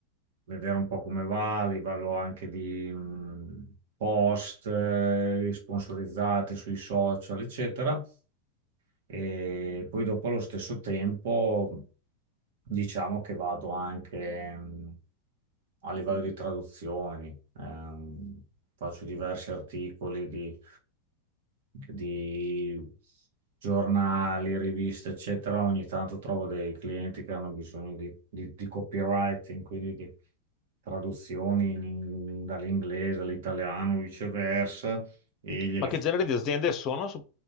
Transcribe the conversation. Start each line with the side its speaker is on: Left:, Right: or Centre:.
Right: vedere un po' come va, a livello anche di, mh, post, eh, sponsorizzati sui social, eccetera. E poi dopo allo stesso tempo diciamo che vado anche mh, a livello di traduzioni, ehm, faccio diversi articoli di, di giornali, riviste, eccetera. Ogni tanto trovo dei clienti che hanno bisogno di, di- di copywriting, quindi di traduzioni in- in- dall'inglese all'italiano, viceversa, e gliele
Left: Ma che genere di aziende sono? Su-